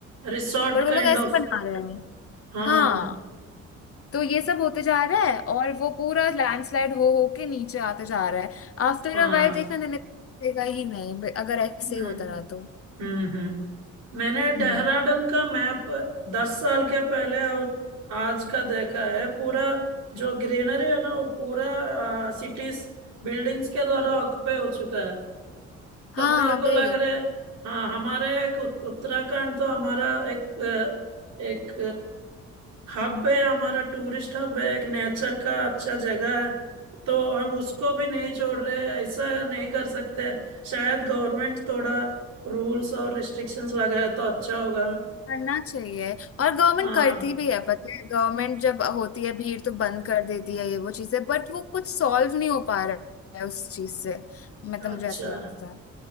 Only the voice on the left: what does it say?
बट वो
लोग ऐसे
बना रहे हैं
हाँ तो ये सब होते जा रहा है और वो पूरा लैंडस्लाइड हो हो के नीचे आते जा रहा है आफ्टर
अ वाइल देखना नहीं नहीं, दिखेगा ही नहीं बे- अगर ऐसे
ही होता रहा तो
हम्म
हाँ
वही
करना चाहिए और गवर्नमेंट
करती भी है पता है गवर्नमेंट जब होती है भीड़ तो बंद कर देती है ये वो चीजें बट वो कुछ सॉल्व नहीं हो पा रहा है उस चीज से मतलब
मुझे ऐसा लगता है